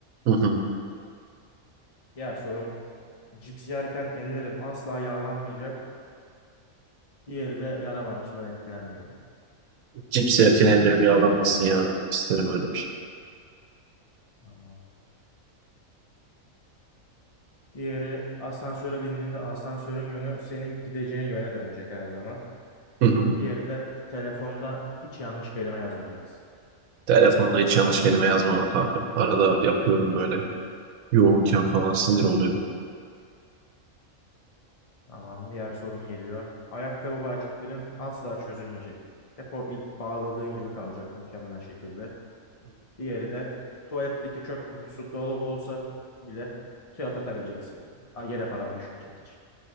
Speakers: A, on the right; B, on the left.
A: Hı hı.
B: Diğer sorum cips yerken ellerin asla yağlanmayacak. Diğeri de yara bandı sudan etkilenmiyor yine.
A: Cips yerken ellerim yağlanmasın ya. İsterim öyle bir şey.
B: Tamam. Diğeri asansöre bindiğinde asansörün yönü senin gideceğin yöne dönecek her zaman.
A: Hı hı.
B: Diğeri de telefonda hiç yanlış kelime yazmayacaksın.
A: Telefonda hiç yanlış kelime yazmamak abi. Arada yapıyorum böyle yoğunken falan sinir oluyorum.
B: Tamam, diğer sorum geliyor. Ayakkabı bağcıkların asla çözülmeyecek. Hep o ilk bağladığın gibi kalacak mükemmel şekilde. Diğeri de tuvaletteki çöp kutusu dolu olsa bile kağıt atabileceksin. Yere falan düşmeyecek hiç.